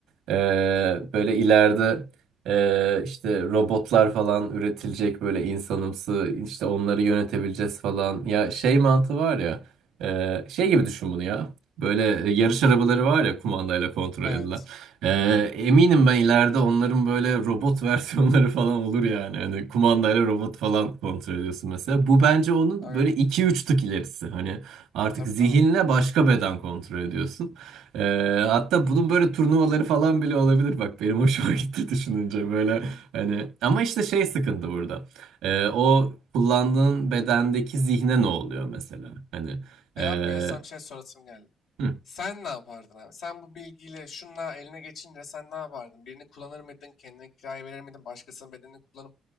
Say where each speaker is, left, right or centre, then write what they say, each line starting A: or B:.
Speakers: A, on the right (about 80°); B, on the left (about 85°).
A: eee, böyle ileride eee, işte robotlar falan üretilecek böyle insanımsı işte onları yönetebileceğiz falan. Ya şey mantığı var ya eee, şey gibi düşün bunu ya. Böyle yarış arabaları var ya kumandayla kontrol
B: Evet,
A: edilen. Eee, eminim ben ileride onların böyle robot <laughs> versiyonları falan olur yani. Hani kumandayla robot falan kontrol ediyorsun mesela. Bu bence onun
B: aynen.
A: böyle iki üç tık ilerisi. Hani Artık
B: Tabii
A: zihinle
B: tabii.
A: başka beden kontrol ediyorsun. Ee, hatta bunun böyle turnuvaları falan bile olabilir. Bak benim hoşuma <laughs> gitti düşününce böyle hani ama işte şey sıkıntı burada. Ee, o kullandığın bedendeki zihne ne oluyor mesela? Hani e,
B: E abi bir de sana bir şey sorasım geldi.
A: hı.
B: Sen ne yapardın abi? Sen bu bilgiyle şunla eline geçince sen ne yapardın? Birini kullanır mıydın? Kendine kiraya verir miydin? Başkasının bedenini kullanıp